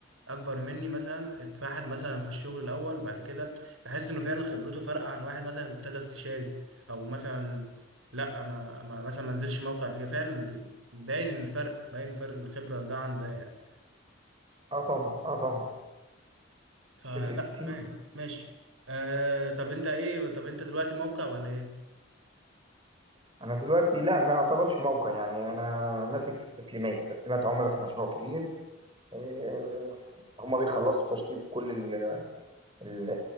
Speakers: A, on the right (about 80°); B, on the right (about 25°).
A: اكبر مني مثلا اتفحت مثلا في الشغل الاول بعد كده بحس انه فعلا خبرته فرق عن واحد مثلا ابتدى استشاري او مثلا لا ما, ما مثلا ما نزلش موقع بكده فعلا ب- باين الفرق باين فرق الخبرة ده عن ده يعني
B: اه طبعا اه طبعا
A: فلا
B: تفرق كتير
A: تمام ماشي آه طب انت ايه طب انت دلوقتي موقع ولا ايه
B: انا دلوقتي لا ما يعتبرش موقع يعني انا ماسك تسليمات تسليمات عملاء في مشروع كبير آه، هما بيخلصوا تشطيب كل ال- ال-